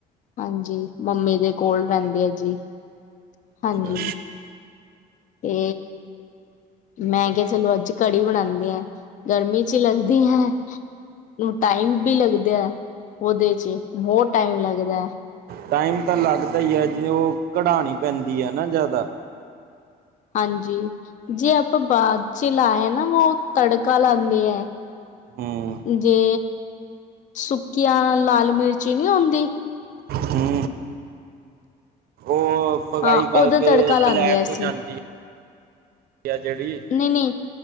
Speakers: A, on the left; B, on the right.
A: ਹਾਂਜੀ ਮੰਮੀ ਦੇ ਕੋਲ ਰਹਿੰਦੇ ਆ ਜੀ ਹਾਂਜੀ
B: ਅੱਛਾ
A: ਤੇ ਮੈਂ ਕਿਹਾ ਚਲੋ ਅੱਜ ਕੜੀ ਬਣਾਉਂਦੀ ਹ ਗਰਮੀ ਚ ਹੀ ਲੱਗਦੀ ਹੈ ਟਾਈਮ ਵੀ ਲੱਗਦਾ ਹੈ ਉਹਦੇ ਚ ਬਹੁਤ ਟਾਈਮ ਲੱਗਦਾ ਹੈ
B: ਟਾਈਮ ਤਾਂ ਲੱਗਦਾ ਹੀ ਹੈ ਜੀ ਉਹ ਕਢਾਉਣੀ ਪੈਂਦੀ ਹੈ ਨਾ ਜ਼ਿਆਦਾ
A: ਹਾਂਜੀ ਜੇ ਆਪਾਂ ਬਾਅਦ ਚ ਲਾਏ ਨਾ ਵ ਤੜਕਾ ਲਾਉਂਦੇ ਹੈ
B: ਹੂੰ
A: ਜੇ ਸੁੱਕੀਆਂ ਲਾਲ ਮਿਰਚੀ ਨਹੀਂ ਆਉਂਦੀ
B: ਹੂ ਉਹ ਫਗਾਈ
A: ਹਾਂ
B: ਕਰਕੇ
A: ਉਹਦਾ ਤੜਕਾ ਲਾਉਂਦੇ
B: ਬਲੈਕ
A: ਆ ਅਸੀਂ
B: ਹੋ ਜਾਂਦੀ ਕਿਆ ਜਿਹੜੀ
A: ਨਹੀਂ ਨਹੀਂ